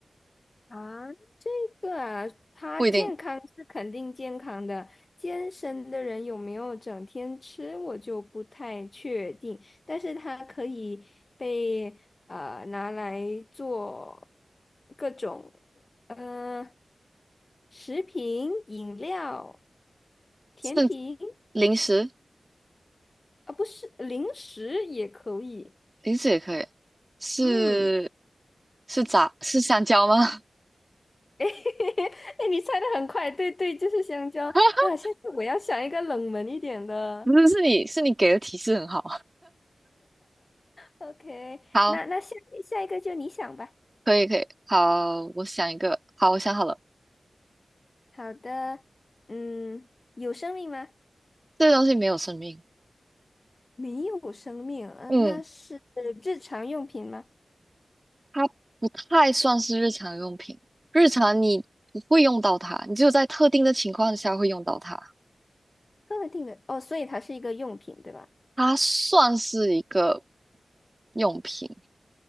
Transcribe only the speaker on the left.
啊。这个啊，它健康是肯定健康的，
健身的人有没有整天吃，我就不太确定。但是它可以被呃拿来做各种呃食品、饮料、甜品
啊，不是零食也可以，
嗯。
<laughs> 哎，你猜的很快，对对，就是香蕉啊！
下次我要想一个冷门一点的。
OK，
那那下下一个就你想吧。
好的，嗯，有生命吗？
没有生命，嗯、
那是日常用品吗？
特定的哦，所以它是一个用品，对吧？